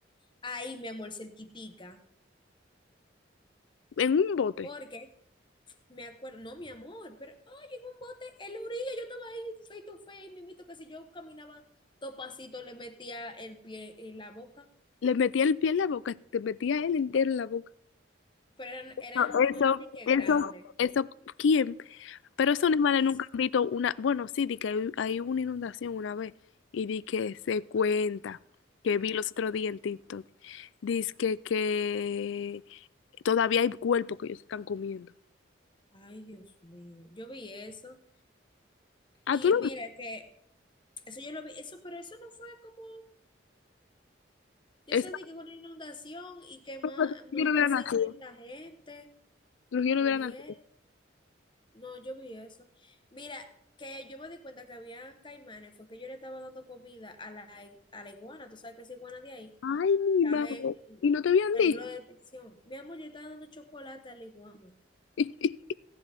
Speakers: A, on the left (about 25°); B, on the left (about 75°).
A: Ahí, mi amor, cerquitica.
B: en un bote.
A: Porque me acuerdo, no, mi amor, pero, oye, en un bote, en la orilla, yo estaba ahí, feito, to face, ahí mismito, que si yo caminaba topacito, le metía el pie en la boca.
B: Le metía el pie en la boca, te metía él entero en la boca.
A: Pero eran,
B: No,
A: eran,
B: Eso,
A: no eran de que
B: eso,
A: grandes.
B: eso, ¿quién? Pero esos animales
A: Entonces,
B: nunca han visto una, bueno, sí, di que hay, hay una inundación una vez y di que se cuenta, que vi los otros días en TikTok, dice que, que todavía hay cuerpos que ellos están comiendo.
A: ay, Dios mío, yo vi eso.
B: Ah,
A: Y
B: tú lo
A: mira que, eso yo lo vi, eso, pero eso no fue como Yo
B: Esa
A: sé de que con una inundación y que más,
B: cosa que
A: más
B: yo no hubiera
A: de 600
B: nacido,
A: gente
B: los yo
A: murieron.
B: no hubiera nacido.
A: No, yo vi eso. Mira, que yo me di cuenta que había caimanes, fue que yo le estaba dando comida a la, a la iguana, tú sabes que esa iguana de ahí
B: Ay,
A: están
B: mi madre,
A: en
B: y no te habían
A: peligro
B: dicho,
A: de detección. Mi amor, yo estaba dando chocolate a la iguana.
B: <laughs>